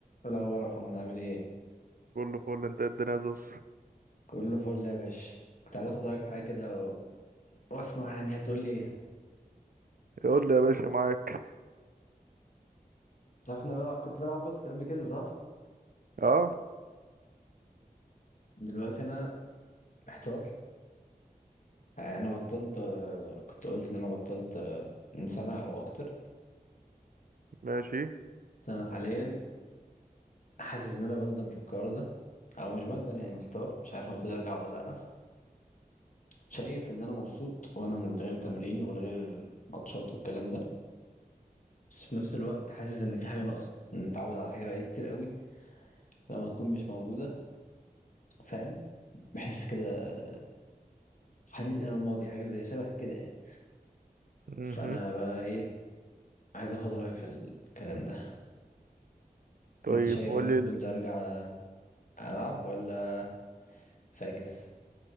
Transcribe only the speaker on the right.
كله فل انت الدنيا زوز
يقول لي يا باشا معاك
اه
ماشي
مهم.
طيب
قول
لي